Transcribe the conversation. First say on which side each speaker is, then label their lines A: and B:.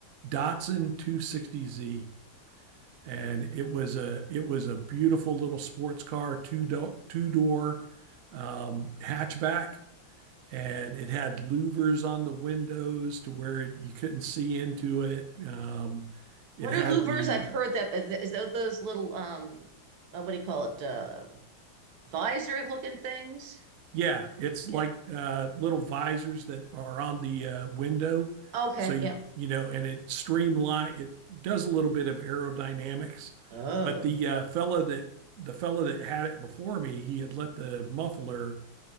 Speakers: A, on the right (about 80°); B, on the right (about 65°).
A: Datsun 260Z, and it was a it was a beautiful little sports car, two do two door um, hatchback, and it had louvers on the windows to where you couldn't see into it. Um, it
B: What
A: had
B: are louvers?
A: the
B: I've heard that is, is that those little um uh, what do you call it? Uh, visor looking things?
A: Yeah, it's
B: Yeah.
A: like uh, little visors that are on the uh, window.
B: Okay,
A: So you,
B: yeah.
A: you know, and it streamline it does a little bit of aerodynamics,
B: Oh,
A: but the uh, fella that the fella that had it before me, he had let the muffler